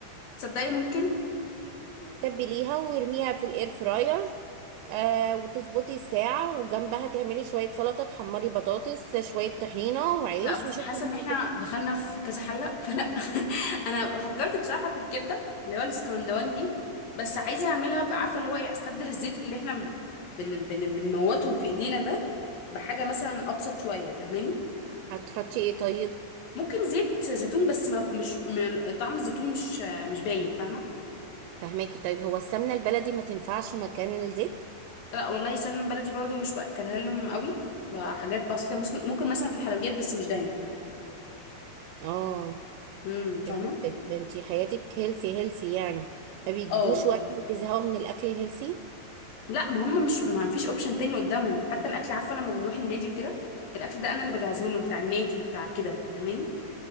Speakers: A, on the left; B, on the right.
A: تصدقي ممكن
B: تبليها وارميها في الاير فراير آه وتظبطي الساعة وجنبها تعملي شوية سلطة تحمري بطاطس شوية طحينة وعيش
A: لا بصي
B: وشكرا
A: حاسه ان احنا
B: على كده.
A: دخلنا في كذا حله فلا <laughs> انا فكرت بصراحه في الكبده اللي هو الاسكندراني دي بس عايزه اعملها ب- عارفه اللي هو ايه استبدل الزيت اللي احنا بن بن بنموته في ايدينا ده بحاجه مثلا ابسط شويه فاهماني
B: هتحطي ايه طيب
A: ممكن زيت زيتون بس ما مش م- طعم الزيتون مش مش باين فاهمه
B: فهماكي طيب هو السمنة البلدي ما تنفعش مكان الزيت
A: لا والله سمنه بلدي برضو مش باكلها لهم قوي بقى حاجات بسيطه ممكن ممكن مثلا في الحلويات بس مش دايما
B: اه
A: امم فاهمه
B: فهمتك ده انتي حياتك هيلسي هيلسي يعني ما بيتجوش
A: اه
B: وقت وتزهقوا من الأكل الهيلسي
A: لا ما هم مش ما فيش اوبشن تاني قدامهم حتى الاكل عارفه لما بنروح النادي وكده الاكل ده انا اللي بجهزه لهم بتاع النادي بتاع كده فاهماني